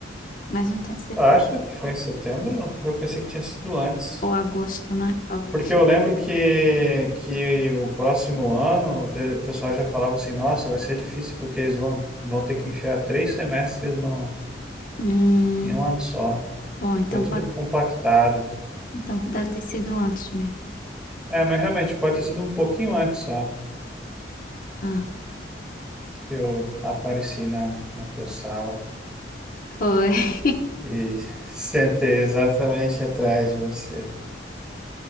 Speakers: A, on the left; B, in the centre.
A: mas não tenho certeza.
B: Tu acha que foi em setembro? Eu pensei que tinha sido antes.
A: Ou agosto, né? Talvez.
B: Porque eu lembro que, que o próximo ano eh, o pessoal já falava assim, nossa, vai ser difícil porque eles vão, vão ter que enfiar três semestres no,
A: Hum,
B: em um ano só.
A: bom, então
B: Foi tudo
A: pode
B: compactado.
A: Então, deve ter sido antes mesmo.
B: É, mas realmente pode ter sido um pouquinho antes só
A: Ah,
B: que eu apareci na, na tua sala
A: foi. <laughs>
B: e <laughs> sentei exatamente atrás de você.